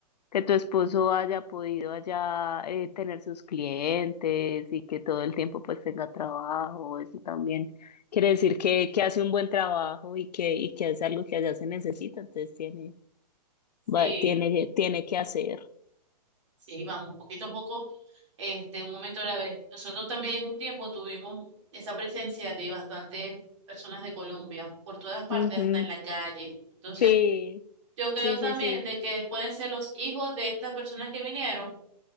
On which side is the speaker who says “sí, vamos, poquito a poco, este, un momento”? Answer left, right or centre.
Right